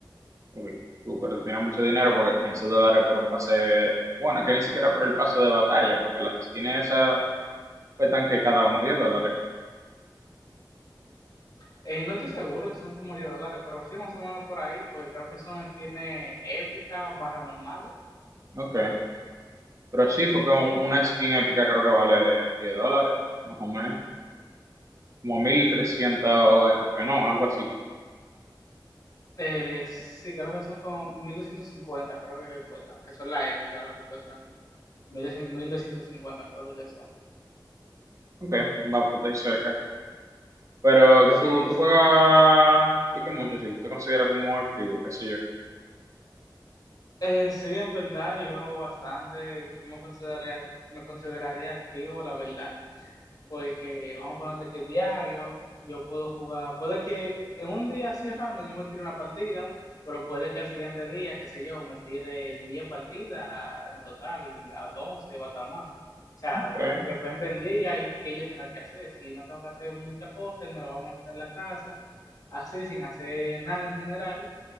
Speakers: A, on the right; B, on the left.
A: uy, tú, pero tienes mucho dinero porque 15 dólares por un pase, bueno, que ni siquiera por el pase de batalla, porque las esquinas esas cuestan que cada una 10 dólares.
B: Eh, no estoy seguro, si son como 10 dólares, pero sí, más o menos por ahí, porque creo que son esquinas épicas, barra normales.
A: Ok. Pero sí, porque un- una skin épica creo que vale 10 dólares, más o menos. Como 1300 RP, no, algo así.
B: Eh, sí, creo que son como 1250 creo que, que cuestan, que son las épicas, los que cuestan mil doscientos 1250 creo que, que son.
A: Ok, va por ahí cerca. Pero que
B: Sí,
A: tú, tú
B: sí.
A: juegas, di que mucho, si tú te consideras como activo, qué sé yo.
B: Eh, sí, en verdad, yo lo juego bastante, yo me consideraría, me consideraría activo, la verdad. porque vamos a ponerte que diario, yo puedo jugar, puede que en un día así random yo me tire una partida, pero puede que el siguiente día, qué sé yo, me tire 10 partidas en total, a 12 o hasta más. O sea,
A: ¿Está
B: depende del día y qué yo tenga que hacer. Si no tengo que hacer muchas cosas, me lo voy a mantener en la casa, así, sin hacer nada en general,